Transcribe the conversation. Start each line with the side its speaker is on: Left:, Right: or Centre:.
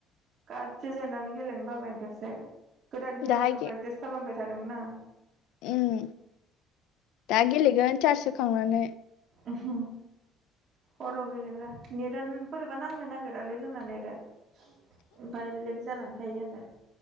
Right: गारजि जानानै गेलेनो बाबाय आं खेबसे गोदान हिर'जों
Left: दाहाय
Right: प्रेक्टिस खालामबाय थादोंमोन आं
Left: ओम दा गेलेगोन चार्ज होखांनानै
Right: उमहु हराव गेलेब्रा नेटानो बोरै माबा नांनो नागिरालै जोंना नेटा ओमफाय लेक जानानै थायो आरो